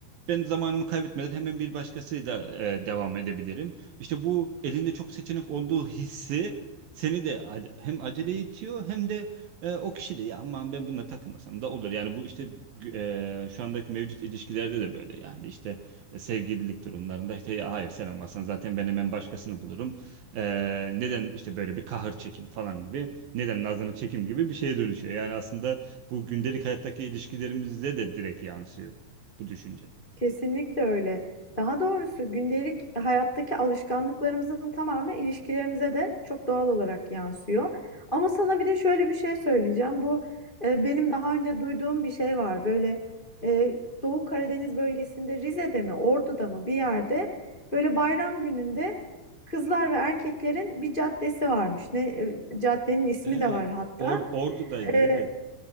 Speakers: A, on the right; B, on the left.
A: ben zamanımı kaybetmeden hemen bir başkasıyla e, devam edebilirim. İşte bu elinde çok seçenek olduğu hissi seni de ac- hem aceleye itiyor hem de e, o kişi de ya aman ben bununla takılmasam da olur. Yani bu işte e, şu andaki mevcut ilişkilerde de böyle yani işte e, sevgililik durumlarında işte ya hayır sen olmasan zaten ben hemen başkasını bulurum. E, neden işte böyle bir kahır çekim falan gibi neden nazını çekim gibi bir şeye dönüşüyor. Yani aslında bu gündelik hayattaki ilişkilerimizde de direkt yansıyor bu düşünce.
B: Kesinlikle öyle. Daha doğrusu gündelik hayattaki alışkanlıklarımızın tamamı ilişkilerimize de çok doğal olarak yansıyor. Ama sana bir de şöyle bir şey söyleyeceğim. Bu e, benim daha önce duyduğum bir şey var. Böyle e, Doğu Karadeniz bölgesinde Rize'de mi, Ordu'da mı bir yerde böyle bayram gününde kızlar ve erkeklerin bir caddesi varmış. Ne e, caddenin ismi
A: Evet.
B: de var hatta.
A: Or Ordu'daydı
B: E,
A: evet.